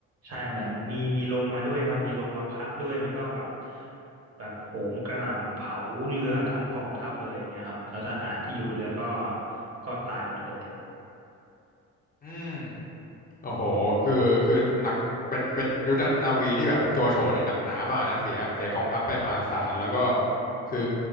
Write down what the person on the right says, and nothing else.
ใช่เหมือนมีมีลมมาด้วยครับมีลมมาพัดด้วยมันก็แบบแบบโหมกระหน่ำเผาเรือทั้งกองทัพเลยอย่างเงี้ยครับแล้วทหารที่อยู่บนเรือก็ก็ตายหมดเลย